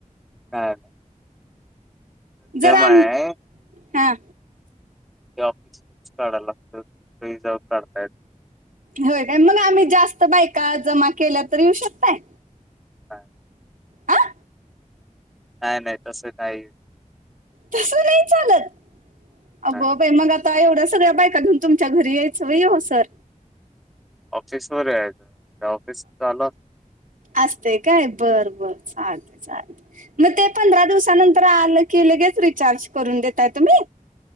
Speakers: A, in the centre; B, on the right.
A: हा.
B: जरा
A: आहे
B: आम हा.
A: हे ऑफिसच काढायला लागत ते याचा वर काढतायत.
B: होय काय मग आम्ही जास्त बायका जमा केल्या तर येऊ शकताय.
A: काय
B: हा
A: नाही नाही तसं काही.
B: तस नाही चालत अग
A: नाही
B: बाई मग आता. ता एवढ्या सगळ्या बायका घेऊ तुमच्या घरी यायचं व हो सर
A: ऑफिसवरयच ऑफिस चालू.
B: असते काय बर बर चालते चालते. मग ते पंधरा दिवसानंतर आलं की लगेच रिचार्ज करून देताय तुम्ही.